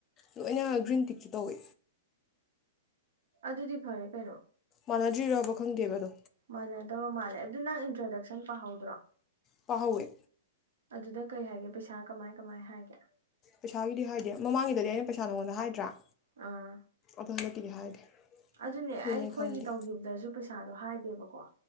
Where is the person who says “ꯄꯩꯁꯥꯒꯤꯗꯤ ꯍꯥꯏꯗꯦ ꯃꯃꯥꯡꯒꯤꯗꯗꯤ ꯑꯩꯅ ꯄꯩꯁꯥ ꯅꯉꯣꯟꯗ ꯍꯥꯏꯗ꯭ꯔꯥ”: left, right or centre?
Left